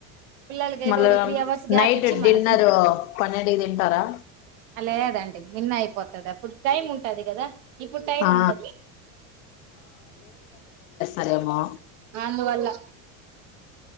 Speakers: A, on the right; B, on the left.
A: పిల్లలకైతే
B: మళ్ళా
A: ఒక త్రీ అవర్స్ గ్యాప్
B: నైట్
A: ఇచ్చి మళ్ళా
B: డిన్నర్ పన్నెండుకి తింటరా
A: అ లేదండి బిన్న అయిపోతది అప్పుడు టైం ఉంటది కదా ఇప్పుడు టైం
B: ఆ
A: ఉంటది
B: అదేమో
A: అందువల్ల